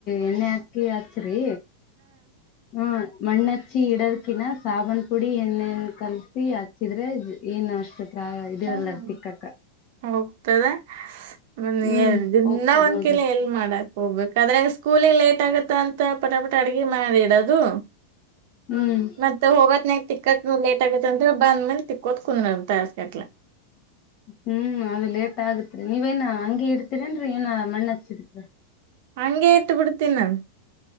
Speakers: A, on the left; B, on the right.
A: ಎಣ್ಣೆ ಹಾಕಿ ಹಚ್ಚ್ರಿ ಹ್ಮ ಮಣ್ಣ ಹಚ್ಚಿ ಇಡದಕಿನ ಸಾಬನ್ ಪುಡಿ ಎಣ್ಣೆಣ ಕಲ್ಸಿ ಹಚ್ಚಿದ್ರೆ ಏನ್ ಅಷ್ಟ ಇದಿರಲ್ಲ
B: ಹ್ಮ್
A: ತಿಕ್ಕಕ್ಕ
B: ಹೋಗ್ತದೆ ಮ
A: ಹ್ಮ್
B: ಎ ದಿನ
A: ಹೋಗ್ತದ್
B: ಒಂದ್
A: ನೋಡ್ರಿ
B: ಕಲ ಎಲ್ಲಿ ಮಾಡಕ್ ಹೋಗ್ಬೇಕು ಅದ್ರೆ ಸ್ಕೂಲಿ ಲೇಟ್ ಆಗುತ್ತ ಅಂತ ಪಟಾಪಟ ಅಡೀಗ ಮಾಡೀಡದು
A: ಹ್ಮ್
B: ಮತ್ತೆ ಹೋಗತ್ ನ ತಿಕ್ಕ ನವು ಲೇಟ್ ಆಗೈತ್ ಅಂದ್ರ ಬಂದ ಮೇಲೆ ತಿಕ್ಕೋತ್ ಕುಂದ್ರ ತಯಸ್ಕತ್ಲ
A: ಹ್ಮ್ ಅದು ಲೇಟ್ ಆಗತ್ರಿ ನೀವೇನ್ ಹಂಗಗೆ ಇಡ್ತೀರಿನ್ರರಿ ಏನ ಮಣ್ಣ ಹಚ್ಚಿದತ್ರಿ
B: ಹಗೆ ಇಟ್ಟು ಬಿಡ್ತೀನಿ ನಾನು